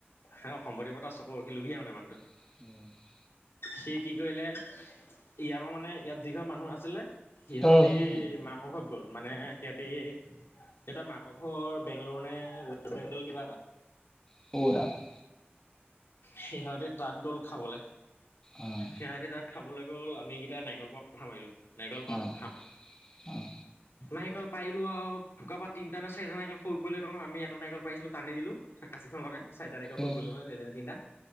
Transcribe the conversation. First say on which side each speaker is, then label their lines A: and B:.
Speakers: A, on the left; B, on the left.
A: সম্পত্তিবত চকু সি লোভিয়া মানে মানুহটো
B: <inaudible>
A: সি কি কৰিলে ইয়া আমাৰ মানে ইয়াত যি ঘৰ মানুহ আছিলে। সিহঁতি
B: অ
A: মা কৰ ঘৰত গ'ল। মানে সিহঁতি সিহঁতৰ মাকৰ ঘৰ বেংগলৰ নে ৱেষ্ট বেগল কিবা এটা।
B: <unintelligible>
A: সিহঁতি তাত গ'ল খাবলৈ।
B: উম
A: সিহঁতি তাত খাবলৈ গ'ল, আমি কেইটা নাৰিকলৰ ওপৰত মাথা মাৰিলো। নাৰিকল পাৰো
B: উম
A: খাম।
B: উম
A: নাৰিকল পাৰিলোঁ আৰু থুকা পা তিনটা না চাৰিটা নাৰিকল হৰি পৰিলে নহয় আমি এটা নাৰিকল পাৰিছিলো টানি দিলোঁ। কাচিখন লগাই চাৰিটা নাৰিকল হৰি
B: উম
A: পৰিলে নহয় তিনটা নে চাৰিটা।